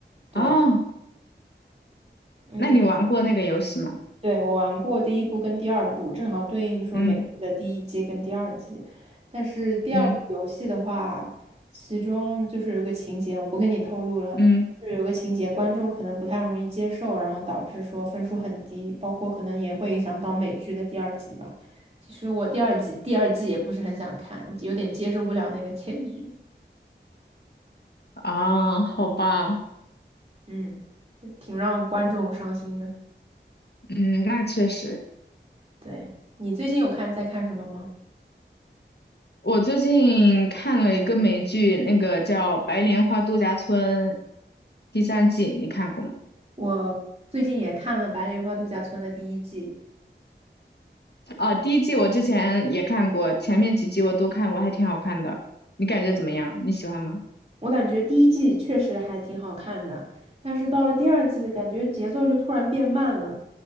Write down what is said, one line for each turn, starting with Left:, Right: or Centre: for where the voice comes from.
Right: 对。
Left: 哦，
Right: 嗯。
Left: 那你玩过那个游戏吗？
Right: 对，我玩过第一部跟第二部，正好对应说美剧的第一季跟第二季。
Left: 嗯
Right: 但是第二部游戏的话，
Left: 嗯
Right: 其中就是有个情节，我不跟你透露了，
Left: 嗯，
Right: 就是有个情节观众可能不太容易接受，然后导致说分数很低，包括可能也会影响到美剧的第二季吧。其实我第二季第二季也不是很想看，有点接受不了那个结局，
Left: 啊，好吧，
Right: 嗯，就挺让观众伤心的。
Left: 嗯，那确实，
Right: 对，你最近有看在看什么吗？
Left: 我最近看了一个美剧，那个叫《白莲花度假村》第三季，你看过吗？
Right: 我最近也看了《白莲花度假村》的第一季，
Left: 啊，第一季我之前也看过，前面几集我都看过，还挺好看的。你感觉怎么样？你喜欢吗？
Right: 我感觉第一季确实还挺好看的，但是到了第二季，感觉节奏就突然变慢了，